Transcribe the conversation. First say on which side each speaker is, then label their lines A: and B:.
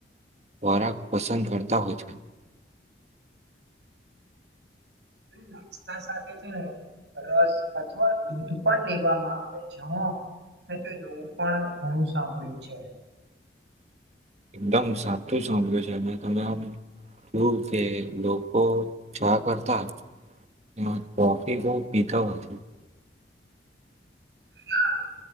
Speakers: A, on the right; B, on the right.
A: ખોરાક પસંદ કરતા હો છે
B: નાસ્તા સાથે છે ને રસ અથવા દૂધ પણ લેવામાં આવે છે હો અ તો એવું પણ ઘણું સાંભળ્યું છે
A: એકદમ સાચું સાંભળ્યું છે મે તમે શું કે લોકો ચા કરતા એમાં કોફી બહ પીતા હોય
B: હા